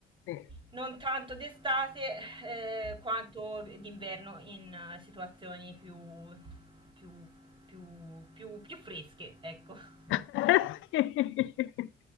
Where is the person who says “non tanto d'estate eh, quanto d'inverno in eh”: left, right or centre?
Right